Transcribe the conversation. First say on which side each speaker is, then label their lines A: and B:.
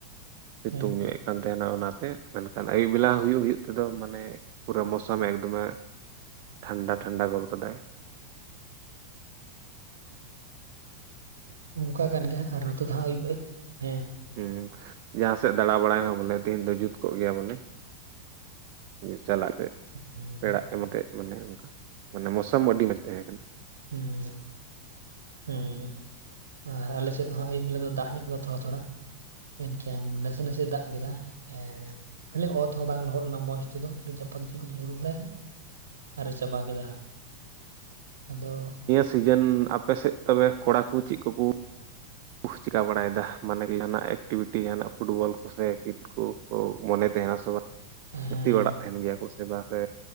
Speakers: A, on the right; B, on the right.
A: ᱥᱤᱛᱩᱝ
B: ᱦᱮᱸ
A: ᱧᱚᱜ ᱮ ᱠᱟᱱ ᱛᱟᱦᱮᱱᱟ ᱚᱱᱟᱛᱮ ᱢᱮᱱ ᱠᱷᱟᱱ ᱟᱹᱭᱩᱵ ᱵᱮᱞᱟ ᱦᱩᱭᱩᱜ ᱦᱩᱭᱩᱜ ᱛᱮᱫᱚ ᱢᱟᱱᱮ ᱯᱩᱨᱟᱹ ᱢᱚᱥᱚᱢ ᱮᱠᱫᱚᱢᱮ ᱴᱷᱟᱱᱰᱟ ᱴᱷᱟᱱᱰᱟ ᱜᱚᱞ ᱠᱟᱫᱟᱭ,
B: ᱚᱱᱠᱟ ᱠᱟᱱ ᱜᱮᱭᱟ ᱟᱨ ᱱᱚᱛᱮ ᱫᱚ ᱦᱟᱸᱜ ᱟᱹᱭᱩᱵ ᱦᱮᱸ,
A: ᱦᱮᱸ ᱡᱟᱦᱟᱸ ᱥᱮᱫ ᱫᱟᱬᱟ ᱵᱟᱲᱟᱭ ᱦᱚᱸ ᱵᱚᱞᱮ ᱛᱮᱦᱤᱧ ᱫᱚ ᱡᱩᱛ ᱠᱚᱜ ᱜᱮᱭᱟ ᱵᱚᱞᱮ ᱡᱮ ᱪᱟᱞᱟᱜ ᱛᱮ
B: ᱦᱩᱸ
A: ᱯᱮᱲᱟᱜ ᱠᱟᱱᱟ ᱛᱮ ᱢᱟᱱᱮ ᱚᱱᱠᱟ ᱢᱟᱱᱮ ᱢᱚᱥᱟᱢ ᱟᱹᱰᱤ ᱢᱚᱸᱡᱽ ᱛᱟᱦᱮᱸ ᱠᱟᱱᱟ
B: ᱦᱩᱸ ᱦᱩᱸ ᱟᱨ ᱟᱞᱮ ᱥᱮᱫ ᱫᱚ ᱦᱚᱸᱜ ᱟᱹᱭᱩᱵ ᱵᱮᱞᱟ ᱫᱚ ᱫᱟᱜ ᱧᱚᱜ ᱠᱟᱫᱟ ᱛᱷᱚᱲᱟ ᱛᱷᱚᱲᱟ ᱢᱮᱱ ᱠᱮᱭᱟᱢ ᱱᱟᱥᱮ ᱱᱟᱥᱮ ᱫᱟᱜ ᱠᱮᱫᱟ ᱦᱮᱸ ᱠᱷᱟᱹᱞᱤ ᱚᱛ ᱦᱚᱸ ᱵᱟᱝ ᱞᱚᱦᱚᱫ ᱞᱮᱱᱟ ᱢᱚᱡᱽ ᱛᱮ ᱫᱚ ᱠᱷᱟᱹᱞᱤ ᱡᱷᱟᱯᱟᱠ ᱡᱷᱟᱹᱯᱤᱠ ᱧᱩᱨᱩ ᱵᱟᱲᱟᱭᱮᱱᱟ ᱟᱨ ᱮ ᱪᱟᱵᱟ ᱠᱮᱫᱟ ᱟᱫᱚ
A: ᱥᱤᱡᱮᱱ ᱟᱯᱮ ᱥᱮᱫ ᱛᱚᱵᱮ ᱠᱚᱲᱟ ᱠᱚ ᱪᱮᱫ ᱠᱚ ᱠᱚ ᱠᱩ ᱪᱤᱠᱟᱹ ᱵᱟᱲᱟᱭᱮᱫᱟ ᱢᱟᱱᱮ ᱡᱟᱦᱟᱱᱟᱜ ᱮᱠᱴᱤᱵᱷᱤᱴᱤ ᱡᱟᱦᱟᱱᱟᱜ ᱯᱷᱩᱴᱵᱚᱞ ᱠᱚ ᱥᱮ ᱠᱤᱨᱠᱮᱴ ᱠᱩ ᱚᱸ ᱢᱚᱱᱮ ᱛᱮᱦᱮᱱᱟ ᱥᱚᱵᱟ
B: ᱦᱮᱸ
A: ᱜᱟᱛᱮ ᱵᱟᱲᱟᱜ ᱛᱟᱦᱮᱱ ᱜᱮᱭᱟ ᱠᱚ ᱥᱮ ᱵᱟᱝ ᱥᱮ